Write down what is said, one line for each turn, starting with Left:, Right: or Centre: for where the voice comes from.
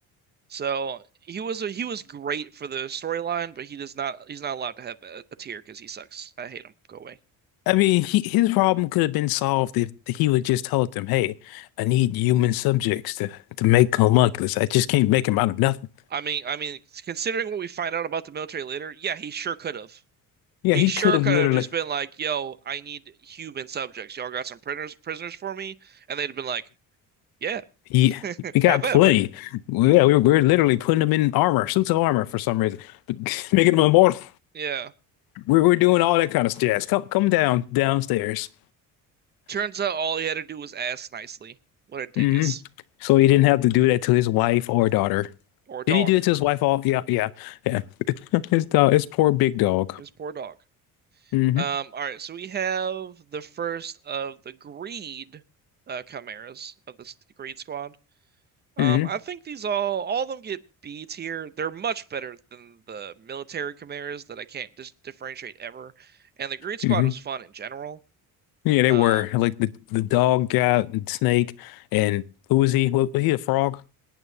Right: So he was a, he was great for the storyline, but he does not he's not allowed to have a, a tier because he sucks. I hate him. Go away.
Left: I mean, he, his problem could have been solved if he would just tell them, "Hey, I need human subjects to to make homunculus. I just can't make him out of nothing."
Right: I mean, I mean, considering what we find out about the military later, yeah, he sure could have.
Left: Yeah,
Right: He
Left: he
Right: sure
Left: could have
Right: could
Left: literally.
Right: have just been like, "Yo, I need human subjects. Y'all got some prisoners prisoners for me?" And they'd have been like, "Yeah,
Left: He, we got
Right: have
Left: plenty.
Right: at it, buddy."
Left: Well, Yeah, we were, we were literally putting them in armor, suits of armor for some reason, <laughs> making them immortal.
Right: Yeah.
Left: We're, we're doing all that kind of jazz. Come, come down, downstairs.
Right: Turns out all he had to do was ask nicely. What a dingus.
Left: hmm So he didn't have to do that to his wife or daughter.
Right: Or dog.
Left: Didn't he do it to his wife? All yeah, yeah, yeah. <laughs> His dog, his poor big dog.
Right: His poor dog.
Left: hmm
Right: Um, all right, so we have the first of the greed uh chimeras of the greed squad. Um,
Left: hmm
Right: I think these all all of them get B tier. They're much better than the military chimeras that I can't dis differentiate ever. And the greed squad
Left: hmm
Right: was fun in general.
Left: Yeah, they
Right: Um,
Left: were like the the dog guy, and snake, and who was he? Was was he a frog?